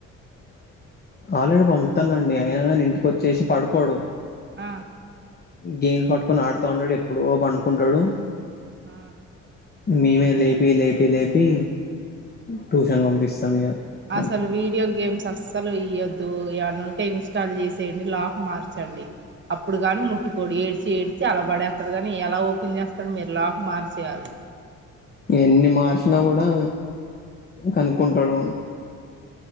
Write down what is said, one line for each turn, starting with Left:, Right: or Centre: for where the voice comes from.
Left: ఆల్రెడీ పంపుతానండి అయినా కాని ఇంటికి వచ్చేసి పడుకోడు
Right: ఆ
Left: గేమ్స్ పట్టుకొని ఆడుతా ఉంటాడు ఎప్పుడు పండుకుంటడు
Right: ఆ
Left: మేమే లేపి లేపి లేపి ట్యూషన్ పంపిస్తాము ఇగ
Right: అసలు
Left: అన్
Right: వీడియో గేమ్స్ అస్స్ సలు ఇయొద్దు ఎవన్న ఉంటే ఇన్స్టాల్ చేసి చేడి లాక్ మార్చండి అప్పుడు గాను ముట్టు అప్పుడు ఏడ్చి ఏడ్చి అలా పడేస్తడు కానీ ఎలా ఓపెన్ చేస్తాడు మీరు లాక్ మార్చేయాలి
Left: ఎన్ని మార్సినా కూడా కనుక్కుంటాడు